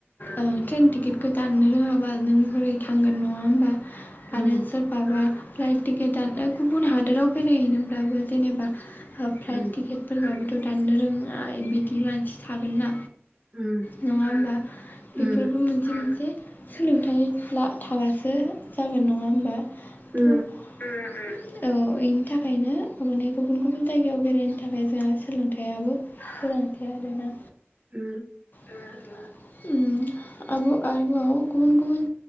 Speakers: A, on the left; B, on the right.
A: ओ ट्रेन टिकेटखौ दाननो रोङाबा नों बोरै थांगोन, नङा होमबा?
B: उम
A: आरो सोरबा बा फ्लाइट टिकेट दाननो गुबुन हादोराव बेरायहैनोब्लाबो जेनेबा फ्लाइट
B: उम
A: टिकेट फोरबाबो दाननो रोङा बिदि मानसि थागोन ना।
B: उम
A: नङा होमबा? बेफोरबो
B: उम
A: मोनसे मोनसे सोलोंथाइ ला थाबासो जागोन नङा होमबा?
B: उम
A: थ' ओ इनि थाखायनो माने गुबुन गुबुन जायगायाव बेरायनो थाखाय जोंहा सोलोंथाइआबो गोनांथार आरोना।
B: उम
A: उम उम। उम आब' आरबाव गुबुन गुबुन